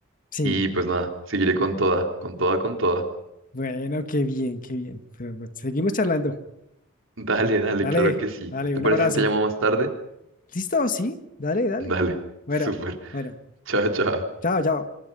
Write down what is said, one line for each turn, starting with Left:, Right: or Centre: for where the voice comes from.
Left: Sí,
Right: y pues nada, seguiré con toda, con toda, con toda.
Left: bueno, qué bien, qué bien. Pero, pues, Seguimos charlando.
Right: <laughs> Dale, dale,
Left: Dale,
Right: claro que sí.
Left: dale,
Right: ¿Te
Left: un
Right: parece
Left: abrazo.
Right: si te llamo más tarde?
Left: ¿Listo? Sí, dale, dale.
Right: Dale,
Left: Bueno,
Right: súper.
Left: bueno,
Right: Chao, chao.
Left: chao, chao.